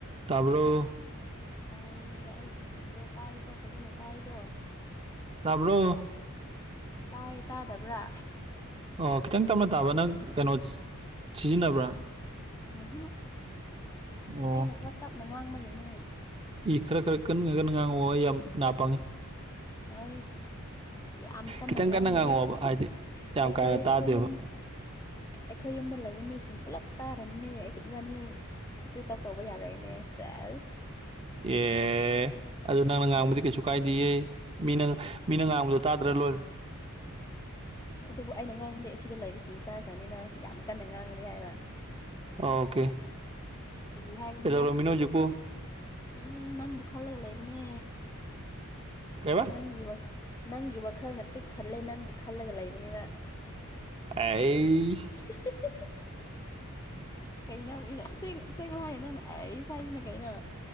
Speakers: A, on the right; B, on the left.
A: ꯇꯥꯔꯕꯣ
B: ꯇꯥꯏꯌꯦ ꯑꯩꯒꯤ ꯈꯣꯟꯖꯦꯜ ꯇꯥꯏꯀꯣ ꯐꯖꯅ ꯇꯥꯏꯀꯣ
A: ꯇꯥꯕ꯭ꫪꯣ
B: ꯇꯥꯏ ꯇꯥꯗꯕ꯭ꯔꯥ
A: ꯑꯣ ꯈꯤꯇꯪ ꯇꯞꯅ ꯇꯥꯕꯔꯥ ꯅꯪ ꯀꯩꯅꯣ ꯁꯤꯖꯤꯟꯅꯕ꯭ꯔꯥ
B: ꯎꯝ
A: ꯑꯣ
B: ꯑꯩꯅ ꯈꯔ ꯇꯞꯅ ꯉꯥꯡꯕꯒꯤꯅꯦ
A: ꯏ ꯈꯔ ꯈꯔ ꯀꯟꯅ ꯈ ꯀꯟꯅ ꯉꯥꯡꯉꯣ ꯑꯩ ꯌꯥꯝ ꯅꯥ ꯄꯥꯡꯉꯤ꯫
B: ꯑꯥꯏꯁ꯫ ꯌꯥꯝ ꯀꯟꯅ
A: ꯈꯤꯇꯪ
B: ꯉꯥꯡꯕꯗꯤ
A: ꯉꯥꯡꯉꯛꯑꯣꯕ
B: <unintelligible>
A: ꯍꯥꯏꯗꯤ ꯌꯥꯝ
B: ꯑꯩꯈꯣꯏ
A: ꯀꯥ ꯍꯦꯟꯅ
B: ꯑꯩꯈꯣꯏ
A: ꯇꯥꯗꯦꯕ
B: ꯌꯨꯝ ꯑꯩꯈꯣꯏ ꯌꯨꯝꯗ ꯂꯩꯕ ꯃꯤꯁꯤꯡ ꯄꯨꯜꯂꯞ ꯇꯥꯔꯅꯤꯅꯦ ꯑꯩꯈꯣ ꯏꯕꯥꯅꯤ ꯁꯤꯀ꯭ꯔꯦꯠ ꯇꯣꯛ ꯇꯧꯕ ꯌꯥꯔꯣꯏꯅꯦ ꯁꯦꯁ꯫
A: ꯑꯦ꯫ ꯑꯗꯨꯗ ꯅꯪꯅ ꯉꯥꯡꯕꯗꯤ ꯀꯩꯁꯨ ꯀꯥꯏꯗꯦꯌꯦ ꯃꯤꯅ ꯃꯤꯅ ꯉꯥꯡꯕꯗꯣ ꯇꯥꯗ꯭ꯔ ꯂꯣꯏꯔꯦ꯫
B: ꯑꯗꯨꯕꯨ ꯑꯩꯅ ꯉꯥꯡꯗꯤ ꯑꯁꯤꯗ ꯂꯩꯕꯁꯤꯡꯗꯤ ꯇꯥꯈ꯭ꯔꯅꯤꯅ ꯌꯥꯝ ꯀꯟꯅ ꯉꯥꯡꯑꯗꯤ ꯍꯥꯏꯕ꯫
A: ꯑꯣꯀꯦ꯫
B: ꯐꯒꯤ ꯍꯥꯏꯕꯅꯤꯗ꯫
A: ꯀꯩꯗꯧꯔꯝꯃꯤꯅꯣ ꯍꯧꯖꯤꯛꯄꯨ
B: ꯎ ꯅꯪꯕꯨ ꯈꯜꯂꯒ ꯂꯩꯕꯅꯦ
A: ꯀꯩꯕꯥ
B: ꯅꯪꯒꯤ ꯋꯥ ꯅꯪꯒꯤ ꯋꯥꯈꯜꯅ ꯄꯤꯛ ꯊꯜꯂꯦ ꯅꯪꯕꯨ ꯈꯜꯂꯒ ꯂꯩꯕꯅꯦꯕ꯫
A: ꯑꯩꯁ꯫
B: <unintelligible> ꯀꯩꯅ ꯃꯤꯅ ꯁꯦꯡ ꯁꯦꯡꯕ ꯍꯥꯏꯌ ꯅꯪꯅ ꯑꯩꯁ ꯍꯥꯏꯖꯤꯅ ꯀꯩꯅꯣ꯫